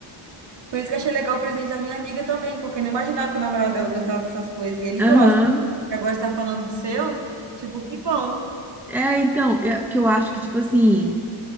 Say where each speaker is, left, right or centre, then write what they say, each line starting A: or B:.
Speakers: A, on the right; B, in the centre.
A: por isso que eu achei legal o presente da minha amiga também, porque eu não imaginava que o namorado dela gostava dessas coisas e ele
B: Aham.
A: gosta. E agora está falando do seu, tipo, que bom.
B: É, então, é porque eu acho que, tipo assim,